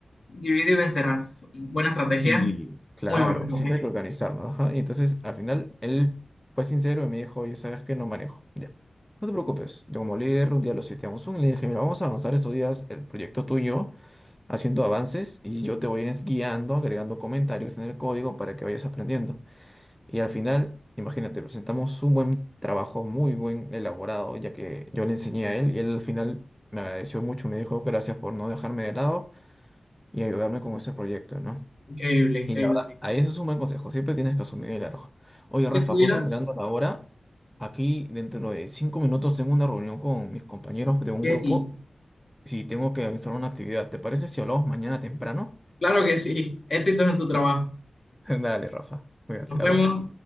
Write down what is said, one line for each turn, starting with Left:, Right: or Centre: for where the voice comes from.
Left: Divide y vencerás. Buena estrategia,
Centre: Sí, Claro,
Left: muy buena estrategia.
Centre: sí hay que organizarnos, ajá. Y entonces al final él fue sincero y me dijo, oye, sabes que no manejo. Ya, no te preocupes. Yo como líder un día lo cité a un Zoom y le dije, mira, vamos a avanzar estos días el proyecto tuyo, haciendo avances y yo te voy a ir guiando, agregando comentarios en el código para que vayas aprendiendo. Y al final, imagínate, presentamos un buen trabajo, muy buen elaborado, ya que yo le enseñé a él y él al final me agradeció mucho, me dijo gracias por no dejarme de lado y ayudarme con ese proyecto, ¿no?
Left: Increíble, increíble.
Centre: Y la verdad, Sí. ahí eso es un buen consejo, siempre tienes que asumir el error. Oye,
Left: Si
Centre: Rafa,
Left: estuvieras,
Centre: justo mirando la hora, aquí dentro de cinco minutos tengo una reunión con mis compañeros de un
Left: yay.
Centre: grupo, si tengo que realizar una actividad, ¿te parece si hablamos mañana temprano?
Left: Claro que sí. Éxitos en tu trabajo.
Centre: Dale, <laughs> dale, Rafa, cuídate,
Left: Nos
Centre: le
Left: vemos.
Centre: hablamos.